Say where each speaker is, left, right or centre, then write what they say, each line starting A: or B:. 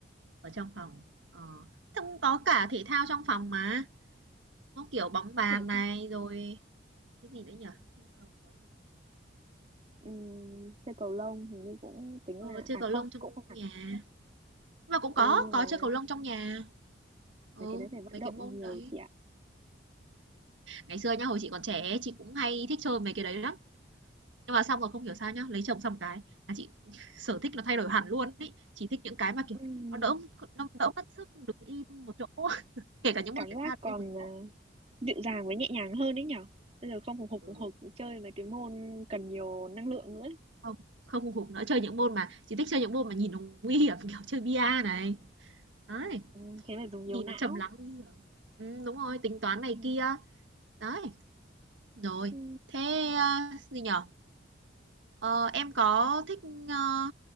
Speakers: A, on the right; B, on the right.
A: ở trong phòng, ờ. Thế cũng có cả thể thao trong phòng mà, nó, kiểu, bóng bàn
B: Để,
A: này, rồi cái gì nữa nhỉ? Trong phòng có gì?
B: ừm, chơi cầu lông hình như cũng tính
A: Ờ,
B: là
A: chơi
B: à
A: cầu
B: không
A: lông trong
B: cũng không hẳn
A: nhà. Nhưng mà cũng
B: ôi
A: có,
B: nhưng
A: có
B: mà
A: chơi cầu lông trong nhà. Ừ,
B: mấy cái đấy phải vận
A: mấy
B: động
A: cái môn
B: nhiều
A: đấy.
B: chị ạ
A: Ngày xưa nhá, hồi chị còn trẻ ấy, chị cũng hay thích chơi mấy cái đấy lắm. Nhưng mà xong rồi không hiểu sao nhá, lấy chồng xong cái là chị <laughs> sở thích nó thay đổi hẳn luôn ấy. Chị thích những cái mà, kiểu,
B: Ừm,
A: nó đỡ nó đỡ mất sức đứng im một chỗ. Kể cả những
B: cảm
A: môn thể
B: giác
A: thao
B: còn
A: đi một
B: à,
A: chỗ.
B: dịu dàng với nhẹ nhàng hơn đấy nhở bây giờ không hùng hục
A: Ừ.
B: hùng hục chơi mấy cái môn cần nhiều năng lượng nữa ấy.
A: không, không hùng hục nữa, chơi những môn mà chỉ thích chơi những môn mà nhìn nó nguy hiểm, kiểu, chơi bia này, đấy,
B: ừ, thế phải dùng
A: nhìn
B: nhiều não
A: nó trầm lắng nguy hiểm. Ừm, đúng rồi, tính toán này
B: ừ.
A: kia, đấy. Rồi,
B: Ừ.
A: thế, a, gì nhở Ờ, em có thích, ơ,